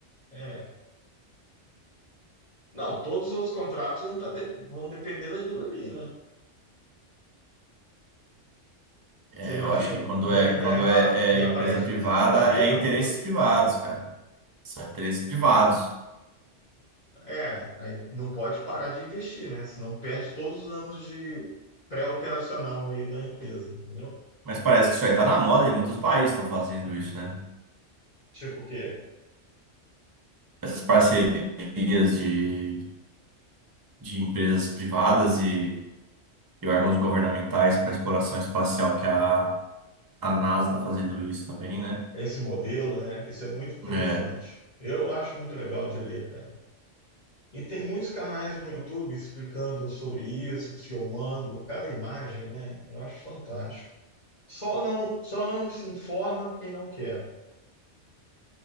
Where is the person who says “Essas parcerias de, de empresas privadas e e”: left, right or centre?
Right